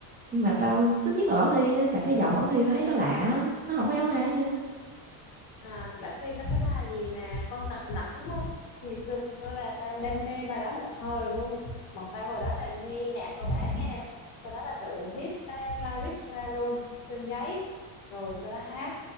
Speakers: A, on the right; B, on the left.
A: nhưng mà tao thích nhất là Bảo Thy á tại cái giọng Bảo Thy tao thấy nó lạ á, nó không có giống ai hết trơn á.
B: À, Bảo Thy có cái bài gì mà con lật đật đúng không? Ngày xưa là tao đam mê bài đó một thời luôn. Bọn tao hồi đó là nghe nhạc của bả nghe. Sau đó là tự viết cái lyrics ra luôn trên giấy. Rồi sau đó hát.